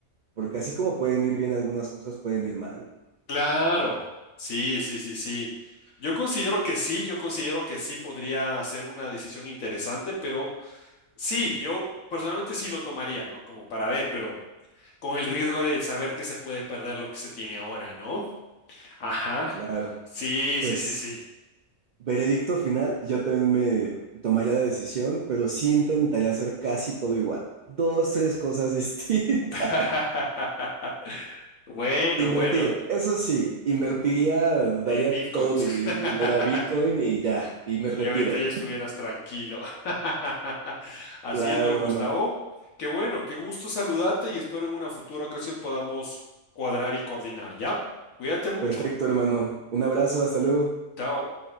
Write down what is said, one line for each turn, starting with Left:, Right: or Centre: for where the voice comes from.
Right: Porque así como pueden ir bien algunas cosas, pueden ir mal.
Left: Claro, sí, sí, sí, sí. Yo considero que sí, yo considero que sí podría ser una decisión interesante, pero Sí, yo personalmente sí lo tomaría, ¿no? Como para ver, pero con el riesgo de saber que se puede perder lo que se tiene ahora, ¿no? Ajá.
Right: Claro.
Left: Sí,
Right: Pues,
Left: sí, sí, sí.
Right: veredicto final, yo también me tomaría la decisión, pero sí intentaría hacer casi todo igual. Dos, tres cosas <laughs> distintas.
Left: <laughs> Bueno,
Right: Invertir,
Left: bueno,
Right: eso sí, invertiría, daría
Left: en bitcoins.
Right: todo mi di- dinero a Bitcoin
Left: <laughs>
Right: y ya, y me retiro.
Left: Y ahorita ya estuvieras tranquilo. <laughs> Así
Right: Claro,
Left: es, ¿no,
Right: hermano.
Left: Gustavo? Qué bueno, qué gusto saludarte y espero en una futura ocasión podamos cuadrar y coordinar, ¿ya? Cuídate mucho.
Right: Perfecto, hermano. Un abrazo, hasta luego.
Left: Chao.